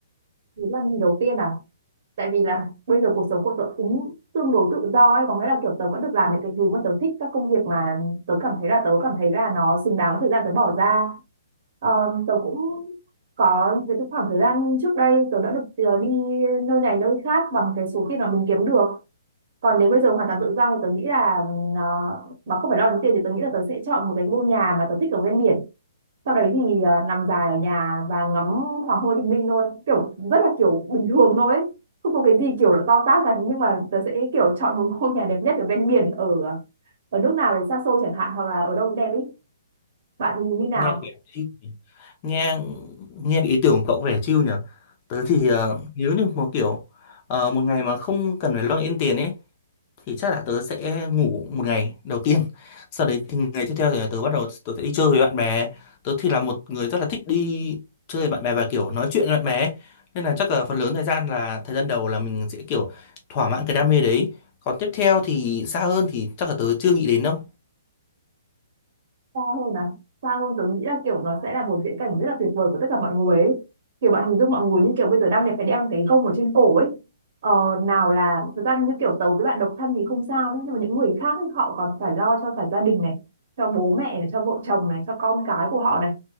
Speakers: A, on the right (about 40°); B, on the left (about 25°).
A: Đấy là mình đầu tiên à tại vì là bây giờ cuộc sống của tớ cũng tương đối tự do ấy có nghĩa là kiểu tớ vẫn được làm những cái thứ mà tớ thích các công việc mà tớ cảm thấy là tớ cảm thấy là nó xứng đáng với thời gian tớ bỏ ra Ờ, tớ cũng có về cái khoảng thời gian trước đây tớ đã được ờ, đi nơi này nơi khác bằng cái số tiền mà mình kiếm được còn nếu bây giờ hoàn toàn tự do thì tớ nghĩ là ờ, mà không phải lo đến tiền thì tớ nghĩ là tớ sẽ chọn một cái ngôi nhà mà tớ thích ở ven biển sau đấy thì à, nằm dài ở nhà và ngắm hoàng hôn bình minh thôi kiểu rất là kiểu bình thường thôi ấy. không có cái gì kiểu là to tát cả nhưng mà tớ sẽ kiểu chọn một ngôi nhà đẹp nhất ở ven biển ở ờ, ở nước nào đấy xa xôi chẳng hạn hoặc là ở đâu đẹp ấy bạn thì như nào
B: nghe kìa, chill nhỉ. nghe nghe cái ý tưởng của cậu có vẻ chill nhỉ tớ thì ờ, nếu như một kiểu ờ, một ngày mà không cần phải lo nghĩ đến tiền ấy thì chắc là tớ sẽ ngủ một ngày đầu tiên sau đấy thì ngày tiếp theo thì tớ bắt đầu tớ sẽ đi chơi với bạn bè tớ thì là một người rất là thích đi chơi với bạn bè và kiểu nói chuyện với bạn bè ấy. nên là chắc là phần lớn thời gian là thời gian đầu là mình sẽ kiểu thỏa mãn cái đam mê đấy còn tiếp theo thì xa hơn thì chắc là tớ chưa nghĩ đến đâu
A: xa hơn à xa hơn tớ nghĩ là kiểu nó sẽ là một viễn cảnh rất là tuyệt vời của tất cả mọi người ấy. kiểu bạn hình dung mọi người như kiểu bây giờ đang đẹp phải đeo cái gông ở trên cổ ấy ờ, nào là thật ra như kiểu tớ với bạn độc thân thì không sao nhá, nhưng mà những người khác ấy, họ còn phải lo cho cả gia đình này cho bố mẹ này cho vợ chồng này cho con cái của họ này